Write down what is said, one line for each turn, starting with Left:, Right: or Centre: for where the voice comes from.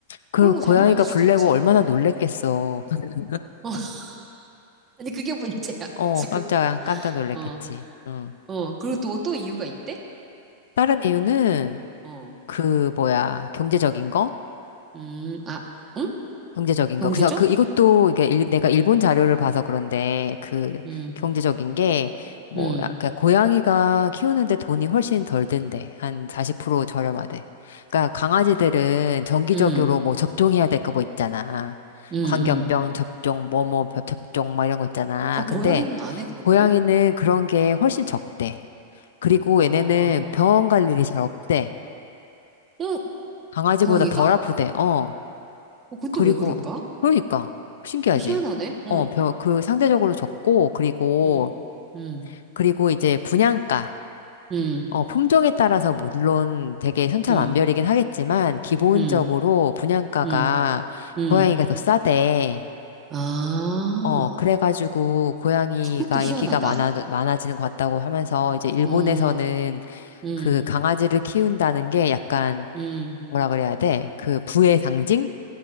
Left: 그
Right: 그런 거
Left: 고양이가
Right: 잘못 만질
Left: 불내고
Right: 수도 있지.
Left: 얼마나
Right: 음.
Left: 놀랬겠어. <laughs>
Right: 어, <laughs> 아니, 그게 문제야,
Left: 어,
Right: 지금.
Left: 깜짝, 깜짝 놀랬겠지.
Right: 어,
Left: 어.
Right: 어. 그리고 또, 또 이유가 있대?
Left: 다른 이유는,
Right: 어,
Left: 그 뭐야 경제적인 거?
Right: 음, 아, 응?
Left: 경제적인
Right: 경제죠?
Left: 거. 그래서 그 이것도 이게 일- 내가
Right: 음,
Left: 일본 자료를 봐서 그런데 그
Right: 음,
Left: 경제적인 게 뭐야
Right: 음,
Left: 그러니까 고양이가 키우는데 돈이 훨씬 덜 든대. 한 40% 저렴하대. 그러니까 강아지들은 정기적으로
Right: 음,
Left: 뭐 접종해야 될 거 뭐 있잖아.
Right: 음,
Left: 광견병
Right: 음.
Left: 접종, 뭐 뭐 접종 막 이런 거 있잖아.
Right: 어, 고양이는
Left: 근데
Right: 안 해, 그런
Left: 고양이는
Right: 거를?
Left: 그런 게 훨씬 적대. 그리고
Right: 아,
Left: 얘네는 병원 갈 일이 잘 없대.
Right: 어,
Left: 강아지보다
Right: 고양이가?
Left: 덜 아프대. 어.
Right: 어, 그건
Left: 그리고,
Right: 또 왜 그럴까?
Left: 그러니까, 신기하지?
Right: 희한하네. 어,
Left: 어, 벼, 그 상대적으로 적고, 그리고,
Right: 음, 음,
Left: 그리고 이제 분양가,
Right: 음,
Left: 어, 품종에 따라서 물론 되게 천차만별이긴
Right: 음,
Left: 하겠지만, 기본적으로
Right: 음,
Left: 분양가가
Right: 음, 음.
Left: 고양이가 더 싸대.
Right: 아,
Left: 어, 그래가지고 고양이가
Right: 그것도 희한하다.
Left: 인기가 많아, 많아지는 것 같다고 하면서, 이제 일본에서는
Right: 어, 음,
Left: 그 강아지를 키운다는 게 약간,
Right: 음.
Left: 뭐라 그래야 돼? 그 부의 상징?